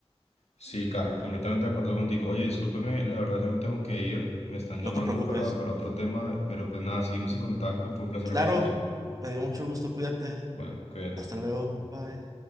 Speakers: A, on the left; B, on the right.
A: Sí, Carlos, completamente de acuerdo contigo. Oye, discúlpeme, la verdad ya me tengo que ir, me están llamando
B: No te preocupes.
A: para, para otro tema, pero pues nada, seguimos en contacto, fue un placer
B: Claro,
A: hablar contigo.
B: me dio mucho gusto, cuídate.
A: Bueno, cuídate.
B: Hasta luego, bye.